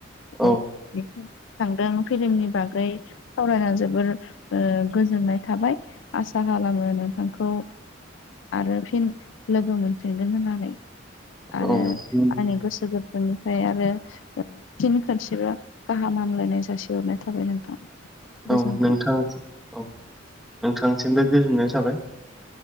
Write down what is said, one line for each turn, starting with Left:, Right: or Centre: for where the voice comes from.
Left: थांदों।
Centre: औ
Left: फिलमनि बागै सावरायना जोबोर गोजोननाय थाबाय। आसा खालामो नों नोंथखौ आरो फिन लोगो मोनफिनगोन होननानै आरो
Centre: औ
Left: आंनि गोसो गोरबो बेनिफ्राय आरो फिन खोनसेब गाहामामलायनाय जासिग दरनाय थाबाय नोंथां। गोजोन्थों
Centre: औ नोंथां औ नोंथांसिमबो गोजोननाय जाबाय।